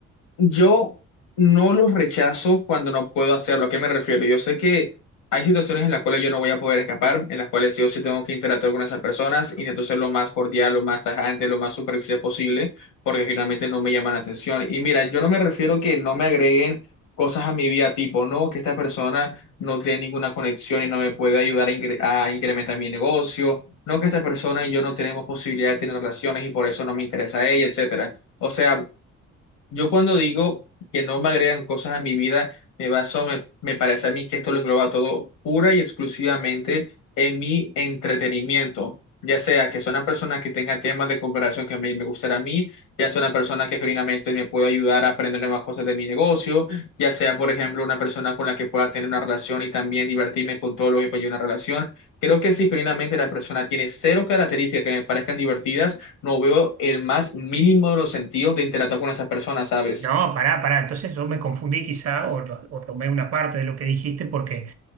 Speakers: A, on the left (about 80°); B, on the right (about 55°).
A: Yo no los rechazo cuando no puedo hacerlo. ¿A qué me refiero? Yo sé que hay situaciones en las cuales yo no voy a poder escapar, en las cuales sí o sí tengo que interactuar con esas personas, intento ser lo más cordial, lo más tajante, lo más superficial posible, porque finalmente no me llaman la atención. Y mira, yo no me refiero que no me agreguen cosas a mi vida tipo, no, que esta persona no tiene ninguna conexión y no me puede ayudar a, incre- a incrementar mi negocio, no, que esta persona y yo no tenemos posibilidad de tener relaciones y por eso no me interesa a ella, etcétera. O sea, yo cuando digo que no me agregan cosas a mi vida, me baso, me, me parece a mí que esto lo engloba todo pura y exclusivamente en mi entretenimiento. Ya sea que sea una persona que tenga temas de cooperación que me, me gustará a mí, ya sea una persona que genuinamente me pueda ayudar a aprender nuevas cosas de mi negocio, ya sea, por ejemplo, una persona con la que pueda tener una relación y también divertirme con todo lo que conlleva una relación. Creo que si genuinamente la persona tiene cero características que me parezcan divertidas, no veo el más mínimo de los sentidos de interactuar con esas personas, ¿sabes?
B: No, pará, pará. Entonces yo me confundí quizá o, lo- o tomé una parte de lo que dijiste porque